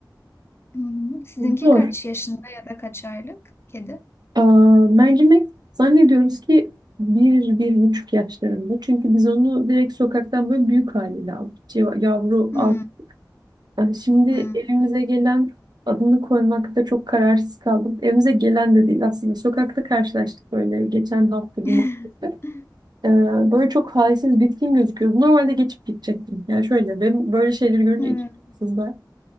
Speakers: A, on the left; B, on the right.
A: Hı-hı. Sizinki
B: Zor.
A: kaç yaşında ya da kaç aylık kedi?
B: Aa, mercimek zannediyoruz ki bir, bir buçuk yaşlarında. Çünkü biz onu direkt sokaktan böyle büyük haliyle aldık. Civa- Yavru
A: Hı,
B: al. Yani şimdi
A: hı.
B: evimize gelen adını koymakta çok kararsız kaldım. Evimize gelen de değil aslında. Sokakta karşılaştık böyle geçen hafta cumartesi.
A: <laughs>
B: Ee, böyle çok halsiz bitkin gözüküyordu. Normalde geçip gidecektim. Yani şöyle ben böyle şeyleri görünce
A: Evet.
B: iki kızlar.